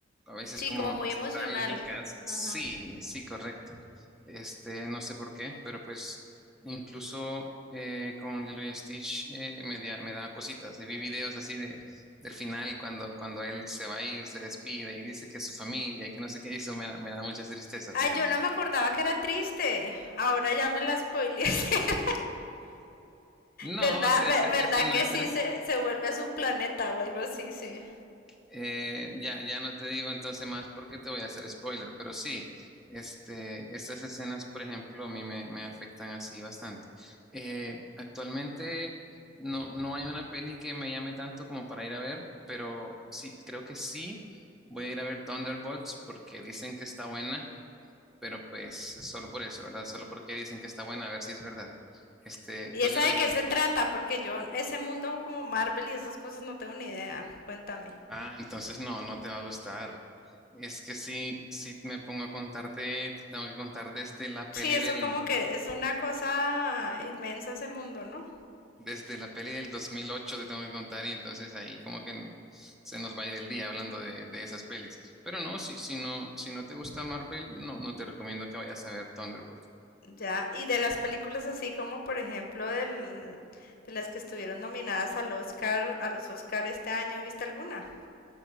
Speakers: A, in the centre; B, on the left.
A: a veces
B: Sí,
A: como
B: como muy
A: nostálgicas.
B: emocional. Ajá.
A: Sí, sí, correcto. Este, no sé por qué, pero pues incluso eh, con Lilo y Stitch eh, me, da- me da cositas. Vi videos así del final cuando, cuando él se va a ir, se despide y dice que es su familia y que no sé qué hizo, me, da- me da mucha tristeza,
B: Ay,
A: fíjate.
B: yo no me acordaba que era triste. Ahora ya me la spoileé. <laughs>
A: No,
B: ¿Verdad?
A: o sea,
B: Ve-
A: ese,
B: ¿Verdad
A: ese no
B: que
A: es
B: sí
A: el...
B: se, se vuelve a su planeta o algo así? Sí.
A: Eh, ya, ya no te digo entonces más porque te voy a hacer spoiler, pero sí, este, estas escenas, por ejemplo, a mí me, me afectan así bastante. Eh, actualmente no, no hay una peli que me llame tanto como para ir a ver, pero sí, creo que sí voy a ir a ver Thunderbolts porque dicen que está buena. pero pues es solo por eso, ¿verdad? Solo porque dicen que está buena, a ver si es verdad. Este,
B: ¿Y
A: ¿vos
B: esa
A: ya la
B: de
A: viste?
B: qué se trata? Porque yo, ese mundo como Marvel y esas cosas no tengo ni idea. Cuéntame.
A: Ah, entonces no, no te va a gustar. Es que si, si me pongo a contarte, te tengo que contar desde la peli
B: Sí, eso
A: del,
B: como que es una cosa inmensa ese mundo, ¿no?
A: desde la peli del 2008 te tengo que contar y entonces ahí como que se nos va a ir el día hablando de, de esas pelis. Pero no, si, si no, si no te gusta Marvel, no, no te recomiendo que vayas a ver Thunderbolt.
B: Ya, y de las películas así como por ejemplo del, de las que estuvieron nominadas al Oscar, a los Oscar este año, ¿viste alguna?